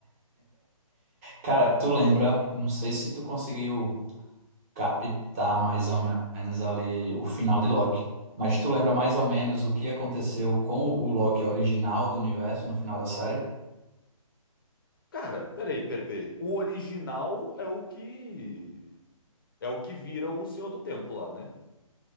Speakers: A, on the right; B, on the left.
A: Cara, tu lembra? Não sei se tu conseguiu captar mais ou menos ali o final de Loki, mas tu lembra mais ou menos o que aconteceu com o Loki original do universo no final da série?
B: Cara, peraí, peraí, peraí. O original é o que... É o que vira o Senhor do Tempo lá, né?